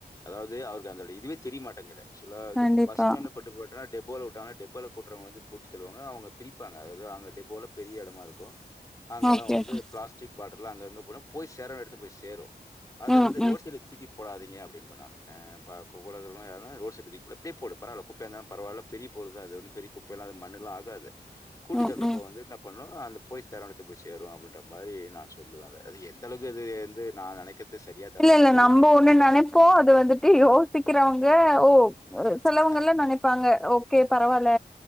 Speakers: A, on the left; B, in the centre.
A: அதாது அவருக்கு அந்த இதுவே தெரியமாட்டேங்குதே ஆக்சுவலா இதுக்கு
B: கண்டிப்பா
A: பஸ்டண்ட் கொண்டு போட்டனா டெபோல விட்டாங்கன்னா டெபோல கூட்டுறவ வந்து கூட்டி தள்ளுவாங்க அவங்க பிரிப்பாங்க அதாவது அங்க டெபோல பெரிய இடமா இருக்கு அங்கெல்லா
B: ஓகே
A: வந்து
B: ஓகே
A: பிளாஸ் டிக் பாட்டல்லா அங்கங்க போன போய் சேரவேண்ட எடுத்து போய் சேரு அத
B: ம்
A: வந்து ரோட்
B: ம்
A: சைடு தூக்கி போடாதீங்க அப்டிம்பே நானு ஆ <unintelligible> ரோடு சைடு தூக்கி கூட அப்டியே போடு பரவால குப்பையா இருந்தாலு பரவால்ல பெரிய பொருள்தா அது வந்து பெரிய குப்பைல்லா மண்ணல்லா ஆகாது கூட்டி
B: ம்
A: தல்றப்ப
B: ம்
A: வந்து பண்ணு அந்த போய் சேரவேண்டிய எடத்துகு போய் சேரு அப்டின்ற மாரி நா சொல்லுவே அத எந்தளக்கு இது வந்து நா நினைக் கிறது சரியா தவறான்னு
B: இல்ல இல்ல
A: தெரியல.
B: நம்ப ஒன்னு நினைப்போ அது வந்துட்டு யோசிக்கிறவங்க ஓரு சிலவங்கல்ள
A: அ,
B: என்ன நினைப்பாங்க ஓகே பரவால்ல
A: அ.